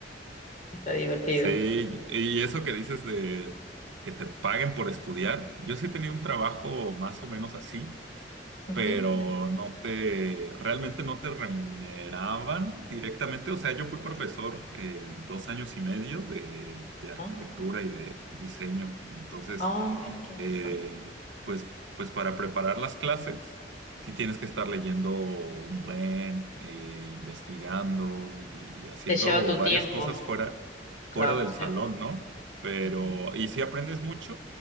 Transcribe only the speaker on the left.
Está divertido.
Ujú,
eh,
¿no?
ah, Oh, mira, qué interesante.
Te lleva tu
tiempo,
claro.
te
lleva-
ujú,